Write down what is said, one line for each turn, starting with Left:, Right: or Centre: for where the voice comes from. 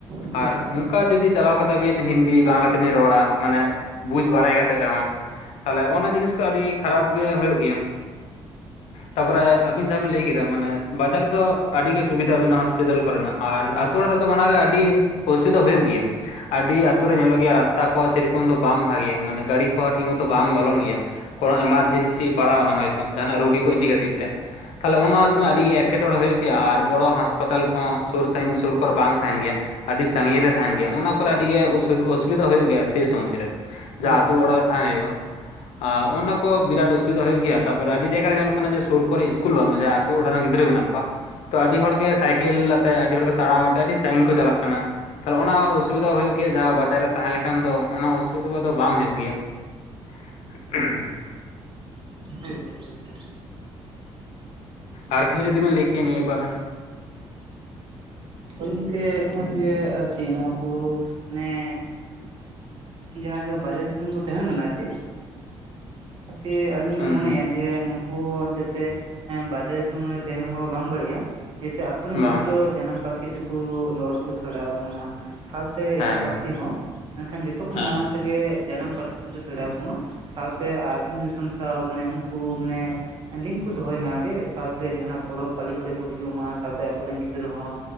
Right: ᱦᱳᱭ
Left: ᱟᱨ
Right: ᱦᱳᱭ ᱦᱳᱭ
Left: ᱚᱱᱠᱟ ᱡᱩᱫᱤ ᱪᱟᱞᱟᱣ ᱠᱟᱫᱟ ᱵᱤᱱ ᱦᱤᱱᱫᱤ ᱵᱟᱝᱞᱟ ᱛᱮᱵᱤᱱ ᱨᱚᱲᱟ ᱢᱟᱱᱮ, ᱵᱩᱡ ᱵᱟᱲᱟᱭ ᱠᱟᱛᱮᱜ ᱨᱮᱦᱚᱸ ᱛᱟᱦᱚᱞᱮ ᱚᱜᱱᱟ ᱡᱤᱱᱤᱥ ᱠᱚ ᱟᱹᱰᱤ ᱠᱷᱟᱨᱟᱯ ᱜᱮ ᱦᱳᱭᱳᱜ ᱜᱮᱭᱟ᱾ ᱛᱟᱯᱚᱨᱮ ᱟᱵᱤᱱ ᱡᱟᱦᱟᱸ ᱵᱮᱤᱱ ᱞᱟᱹᱭ ᱠᱮᱫᱟ ᱢᱟᱱᱮ ᱵᱟᱡᱟᱨ ᱨᱮᱫᱚ ᱟᱹᱰᱤᱜᱮ ᱥᱩᱵᱤᱫᱷᱟ ᱦᱚᱸᱥ ᱯᱤᱛᱟᱞ ᱠᱚᱨᱮᱱᱟᱜ ᱟᱨ ᱟᱛᱳ ᱚᱲᱟᱜ ᱫᱚ ᱚᱱᱟᱜᱮ ᱟᱹᱰᱤ ᱚᱥᱩᱵᱤᱫᱟ ᱦᱳᱭᱳᱜ ᱜᱮᱭᱟ᱾ ᱟᱹᱰᱤ ᱟᱛᱳ ᱨᱮ ᱧᱮᱞᱚᱜ ᱜᱮᱭᱟ ᱨᱟᱥᱛᱟ ᱠᱚ ᱥᱮᱨᱚᱠᱚᱢ ᱫᱚ ᱵᱟᱝ ᱵᱷᱟᱜᱮᱭᱟ ᱢᱟᱱᱮ ᱜᱟᱹᱲᱤ ᱠᱚ ᱴᱷᱤᱠ ᱢᱚᱛᱚ ᱵᱟᱝ ᱵᱚᱞᱚᱱ ᱜᱮᱭᱟ᱾ ᱠᱳᱱᱳ ᱮᱢᱟᱨᱡᱮᱱᱥᱤ ᱯᱟᱲᱟᱣᱱᱟ ᱦᱚᱭᱛᱳ ᱡᱟᱦᱟᱱᱟᱜ ᱨᱩᱜᱤ ᱠᱚ ᱤᱫᱤ ᱠᱷᱟᱹᱛᱤᱨ ᱛᱮ, ᱛᱟᱦᱚᱞᱮ ᱚᱱᱟ ᱥᱚᱢᱚᱭ ᱟᱹᱰᱤ ᱜᱮ ᱮᱴᱠᱮᱴᱚᱬᱮ ᱦᱳᱭᱳᱜ ᱜᱮᱭᱟ ᱟᱨ ᱵᱚᱲᱚ ᱦᱟᱸᱥᱯᱟ ᱦᱟᱸᱥᱯᱟᱛᱟᱞ ᱠᱚᱦᱚᱸ ᱥᱩᱨ ᱥᱟᱹᱤᱧ ᱥᱩᱨ ᱠᱚᱨᱮ ᱵᱟᱝ ᱛᱟᱸᱦᱮᱱ ᱜᱮᱭᱟ᱾ ᱟᱹᱰᱤ ᱥᱟᱹᱜᱤᱧ ᱨᱮ ᱛᱟᱸᱦᱮᱱ ᱜᱮᱭᱟ ᱚᱱᱟ ᱠᱚᱨᱮ ᱟᱹᱰᱤ ᱜᱮ ᱚᱥᱩᱵᱤ, ᱚᱥᱩᱵᱤᱫᱟ ᱦᱩᱭᱩᱜ ᱜᱮᱭᱟ ᱥᱮᱹᱭ ᱥᱚᱢᱚᱭ ᱨᱮ᱾
Right: ᱦᱳᱭ
Left: ᱡᱟᱦᱟᱸ ᱟᱛᱳ ᱚᱲᱟᱜ ᱨᱮ ᱛᱟᱦᱮᱸ ᱦᱩᱭᱩᱜ-ᱟ᱾ ᱟᱻ ᱚᱱᱱᱟ ᱠᱚ ᱵᱤᱨᱤᱟᱴ ᱚᱥᱩᱵᱤᱫᱟ ᱦᱩᱭᱩᱜ ᱜᱮᱭᱟ, ᱛᱟᱯᱚᱨ ᱟᱹᱰᱤ ᱡᱟᱭᱜᱟ ᱨᱮ ᱧᱮᱞᱚᱜ ᱠᱟᱱᱟ ᱡᱮ ᱥᱩᱨ ᱠᱚᱨᱮ ᱤᱥᱠᱩᱞ ᱵᱟᱹᱱᱩᱜ-ᱟ ᱡᱟ ᱟᱛᱳ ᱚᱲᱟᱜ ᱨᱮᱱ ᱜᱤᱫᱽᱨᱟᱹ ᱢᱮᱱᱟᱜ ᱠᱚᱣᱟ᱾ ᱛᱚ, ᱟᱹᱰᱤ ᱦᱚᱲᱜᱮ ᱥᱟᱭᱠᱮᱞ ᱟᱛᱮ ᱟᱹᱰᱤ ᱦᱚᱲᱜᱮ ᱛᱟᱲᱟᱢ ᱟᱛᱮᱫ ᱟᱹᱰᱤ ᱥᱟᱹᱟᱹᱜᱤᱧ ᱠᱚ ᱪᱟᱞᱟᱜ ᱠᱟᱱᱟ᱾ ᱛᱟᱦᱞᱮ ᱚᱱᱟ ᱚᱥᱩᱵᱤᱫᱟ ᱦᱳᱭᱳᱜ ᱜᱮᱭᱟ ᱡᱟᱦᱟᱸ ᱵᱟᱡᱟᱨ ᱨᱮ ᱛᱟᱦᱮᱸ ᱞᱮᱠᱷᱟᱱ ᱫᱚ ᱚᱱᱟ ᱚᱥᱩᱵᱤᱫᱟ ᱫᱚ ᱵᱟᱝ ᱦᱩᱭᱩᱜ ᱜᱮᱭᱟ᱾ <unintelligible>
Right: ᱦᱳᱭ ᱦᱳᱭ ᱮᱠᱵᱟᱨᱮ᱾
Left: ᱟᱨ ᱠᱤᱪᱷᱩ ᱡᱩᱫᱤ ᱵᱮᱱ ᱞᱟᱹᱭ ᱠᱮᱭᱟ ᱱᱤᱭᱟᱹ ᱵᱮᱯᱟᱨ᱾
Right: ᱦᱳᱭ ᱜᱚᱝᱠᱮ ᱱᱚᱜ-ᱚᱭ ᱡᱮ ᱟᱨ ᱪᱮᱫ ᱱᱚᱣᱟᱠᱩ ᱢᱟᱱᱮ ᱡᱟᱦᱟᱸᱭ ᱫᱚ ᱵᱟᱡᱟᱨ ᱫᱤᱥᱚᱢ ᱠᱚ ᱛᱟᱸᱦᱮᱱ ᱠᱟᱱᱟ ᱪᱮ᱾ ᱪᱮᱻ ᱟᱹᱞᱤᱧ ᱞᱤᱧ
Left: ᱦᱮᱸ
Right: ᱢᱚᱱᱮᱭᱟ ᱡᱮ ᱱᱩᱠᱩ ᱦᱚᱸ ᱡᱟᱛᱮ ᱵᱟᱡᱟᱨ ᱫᱤᱥᱚᱢ ᱨᱮ ᱛᱟᱦᱮᱸ ᱦᱚᱸ ᱵᱟᱝ ᱵᱟᱲᱤᱡ-ᱟ, ᱡᱟᱛᱮ ᱟᱠᱚᱨᱮᱱ
Left: ᱵᱟᱝ
Right: ᱜᱤᱫᱽᱨᱟᱹ ᱡᱟᱱᱟᱢ ᱯᱟᱹᱨᱥᱤ ᱛᱮᱠᱚ ᱨᱚᱲ ᱠᱚ ᱥᱮᱬᱟᱣᱟᱠᱚᱢᱟ ᱥᱟᱶᱛᱮ
Left: ᱦᱮᱸ
Right: ᱮᱴᱟᱜ ᱯᱟᱹᱨᱥᱤ ᱦᱚᱸ᱾ ᱢᱮᱱᱠᱷᱟᱱ ᱡᱚ ᱢᱟᱲᱟᱝ
Left: ᱦᱮᱸ
Right: ᱛᱮᱜᱮ ᱡᱟᱱᱟᱢ ᱯᱟᱹᱨᱥᱤ ᱛᱮᱠᱚ ᱥᱮᱬᱟᱣᱟᱠᱚ ᱢᱟ᱾ ᱥᱟᱶᱛᱮ ᱟᱹᱛᱩ ᱫᱤᱥᱚᱢ ᱥᱟᱶ ᱢᱟᱱᱮ ᱩᱱᱠᱩ ᱢᱟᱱᱮ ᱞᱤᱝᱠ ᱠᱚ ᱫᱚᱦᱚᱭ ᱢᱟ ᱜᱮ ᱥᱟᱶᱛᱮ ᱡᱟᱸᱦᱟᱱᱟᱜ ᱯᱚᱨᱚᱵᱽ ᱯᱟᱹᱟᱞᱞᱤ ᱠᱚᱨᱮ ᱠᱚ ᱦᱤᱡᱩᱜ ᱢᱟ ᱥᱟᱶᱛᱮ ᱟᱠᱚᱨᱮᱱ ᱜᱤᱫᱽᱨᱟᱹ ᱦᱚᱸ᱾